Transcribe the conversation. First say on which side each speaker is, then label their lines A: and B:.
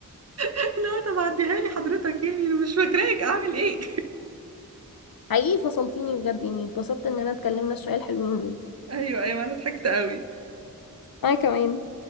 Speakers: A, on the right (about 45°); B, on the left (about 80°).
A: لا طب عديها لي حضرتك يعني انا مش فاكراك اعمل ايه
B: حقيقي فصلتيني بجد يعني اتبسطت ان انا اتكلمنا شوية الحلوين دول
A: <laughs> ايوه ايوه انا ضحكت قوي
B: انا كمان